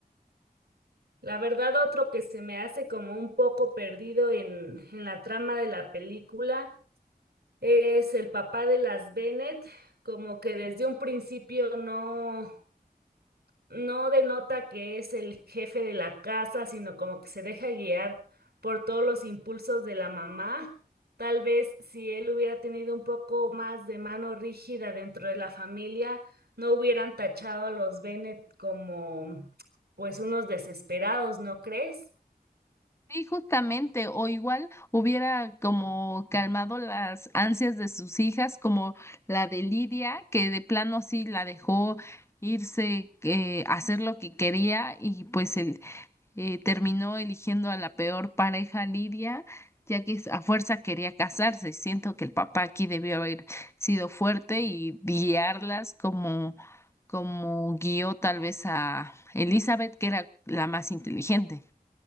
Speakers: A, on the right; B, on the left.
A: La verdad, otro que se me hace como un poco perdido en, en la trama de la película es el papá de las Bennett, como que desde un principio no. no denota que es el jefe de la casa, sino como que se deja guiar por todos los impulsos de la mamá. Tal vez si él hubiera tenido un poco más de mano rígida dentro de la familia, no hubieran tachado a los Bennett como pues unos desesperados, ¿no crees?
B: Sí, justamente, o igual hubiera como calmado las ansias de sus hijas, como la de Lidia, que de plano sí la dejó irse, eh, a hacer lo que quería y pues él eh, terminó eligiendo a la peor pareja Lidia, ya que a fuerza quería casarse. Siento que el papá aquí debió haber sido fuerte y guiarlas como, como guió tal vez a Elizabeth, que era la más inteligente.